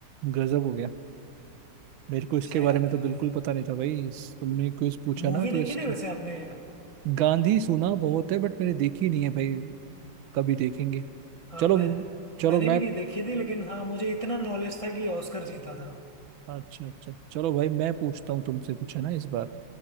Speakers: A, on the right; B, on the left.
A: गजब हो गया मेरे को इसके
B: सही
A: बारे
B: बात
A: में तो
B: है
A: बिल्कुल
B: भाई
A: पता नहीं था भाई इस- तुमने कुछ पूछा
B: मूवी
A: ना तो
B: देखी
A: इसके
B: थी वैसे आपने
A: गांधी सुना बहुत है बट मैंने देखी नहीं है भाई कभी देखेंगे
B: हाँ
A: चलो
B: मैं
A: चलो
B: मैंने
A: मैं
B: भी नहीं देखी थी लेकिन हाँ मुझे इतना नॉलेज था कि ऑस्कर जीता था
A: अच्छा अच्छा चलो भाई मैं पूछता हूँ तुमसे कुछ है ना इस बार